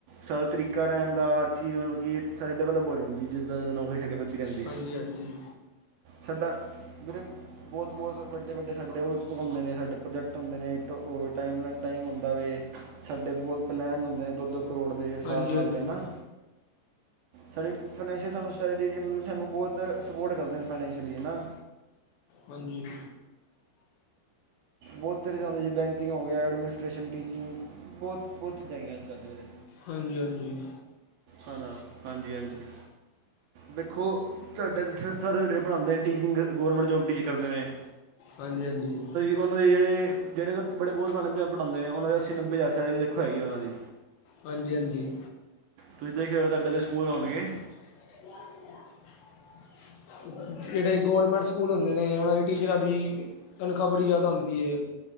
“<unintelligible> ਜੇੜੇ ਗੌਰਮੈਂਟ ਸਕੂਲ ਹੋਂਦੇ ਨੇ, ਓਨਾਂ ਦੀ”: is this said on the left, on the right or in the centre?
Left